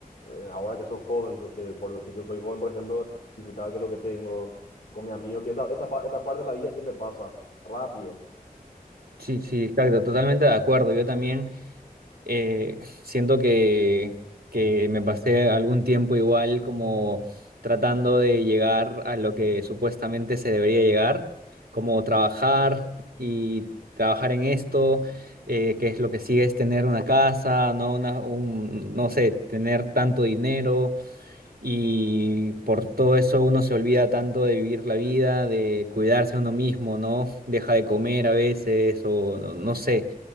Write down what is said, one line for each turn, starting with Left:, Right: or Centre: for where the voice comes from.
Left: eh, ahora que sos joven, so- que, por- que yo soy joven, por ejemplo, disfrutar que lo que tengo con mis amigos, que esta, esta, pa- esta parte de la vida siempre pasa rápido.
Right: Sí, sí, exacto, totalmente de acuerdo. Yo también. eh, siento que, que me pasé algún tiempo igual como tratando de llegar a lo que supuestamente se debería llegar, como trabajar y trabajar en esto, eh, que es lo que sigue es tener una casa, no una, un, no sé, tener tanto dinero y por todo eso uno se olvida tanto de vivir la vida, de cuidarse a uno mismo, ¿no? Deja de comer a veces o no no sé